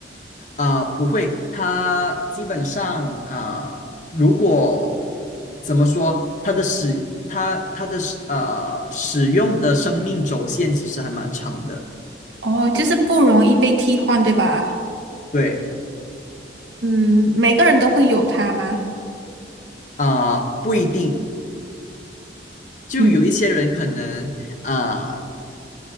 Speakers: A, on the left (about 45°); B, on the right (about 80°).
A: 啊，不会，它基本上啊、呃如果怎么说，它的使它它的使呃使用的生命轴线其实还蛮长的。
B: 哦，就是不容易被替换，对吧？
A: 对
B: 嗯，每个人都会有它吗？
A: 啊、呃不一定，就有一些人可能啊、
B: 嗯，
A: 呃